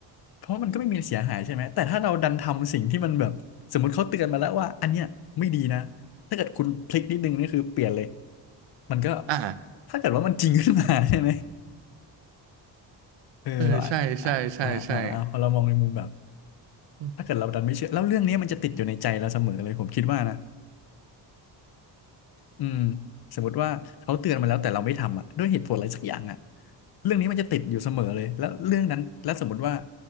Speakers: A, on the left; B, on the right.
A: เพราะมันก็ไม่มีเสียหายใช่ไหมแต่ถ้าเราดันทำสิ่งที่มันแบบสมมติเขาเตือนมาแล้วว่าอันเนี้ยไม่ดีนะถ้าเกิดคุณพลิกนิดนึงนี่คือเปลี่ยนเลยมันก็
B: อ่า
A: ถ้าเกิดว่ามันจริงขึ้นมาใช่ไหมเออเราอ่ะอ่ะอ่าอ่าอ่าพอเรามองในมุมแบบ
B: เออใช่ใช่ใช่ใช่อืม
A: ถ้าเกิดเราดันไม่เชื่อแล้วเรื่องนี้มันจะติดอยู่ในใจเราเสมอเลยผมคิดว่านะ อืมสมมติว่าเขาเตือนมาแล้วแต่เราไม่ทำอ่ะด้วยเหตุผลอะไรสักอย่างอ่ะเรื่องนี้มันจะติดอยู่เสมอเลยแล้วเรื่องนั้นแล้วสมมติว่า